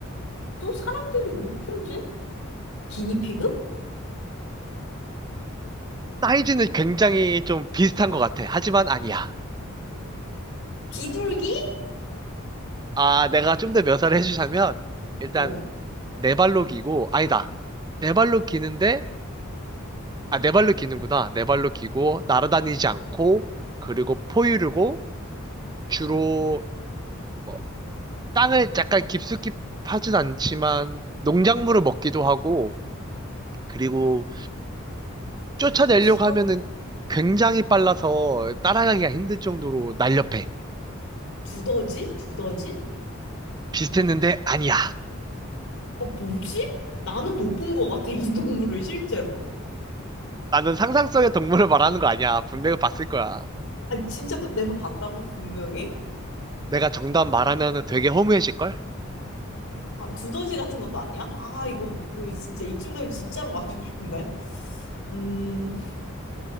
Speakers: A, on the left; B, on the right.
A: 또 사람들이 뭐 키우지? 기니피그?
B: 사이즈는 굉장히 좀 비슷한 것 같아. 하지만 아니야.
A: 비둘기?
B: 아, 내가 좀 더 묘사를 해주자면, 일단,
A: 어,
B: 네 발로 기고, 아니다. 네 발로 기는데, 아, 네 발로 기는구나. 네 발로 기고, 날아다니지 않고, 그리고 포유류고, 주로, 뭐 땅을 약간 깊숙이 파진 않지만 농작물을 먹기도 하고 그리고 쫓아내려고
A: 두더지?
B: 하면은 굉장히 빨라서 따라가기가 힘들 정도로 날렵해.
A: 두더지? 두더지?
B: 비슷했는데 아니야.
A: 아, 뭐지? 나는 못 본 것 같아, 이 동물을 실제로.
B: 나는 상상 속의 동물을 말하는 거 아니야. 분명히 봤을 거야.
A: 아, 진짜 봐- 내가 봤다고, 분명히?
B: 내가 정답 말하면은 되게 허무해질걸?
A: 아, 두더지 같은 것도 아니야? 아, 이거, 이거 진짜, 이쯤 되면 진짜로 맞추고 싶은데. 음,